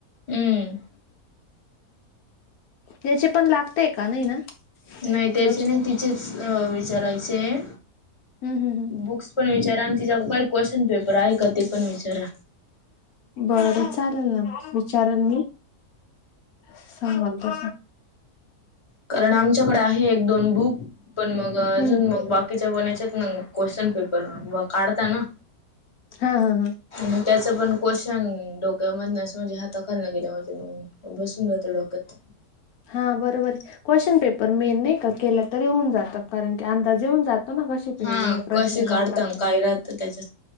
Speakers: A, on the left (about 20°); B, on the left (about 75°).
A: हम्म
B: त्याचे पण लागते का नाही ना
A: नाही त्याचे
B: रोशन
A: नाही तिचेच विचारायचे
B: हम्म हम्म हम्म
A: बुक्स पण विचारा आणि तिच्या काही क्वेशचन पेपर आहे का ते पण विचारा
B: बरं चालल ना विचारन मी संवाद त्याचा
A: कारण आमच्याकडे आहे एक दोन बुक पण मग अजून
B: हम्म
A: मग बा कीच्या कोणाच्या मग क्वेशन पेपर काढता ना
B: हा हा हा
A: मग त्याच पण क्वेशन डोक्यामधन म्हणजे हाताखालन गेल्यावरती मग बसून जातं डोक्यात.
B: हा बरोबर क्वेश्चन पेपर मेन नाही का केलं तरी होऊन जात, कारण की अंदाज येऊन जात त न कसे पे
A: हा
B: प्रश्न
A: कशी काढता
B: राहता काय?
A: राहतं त्याच्यात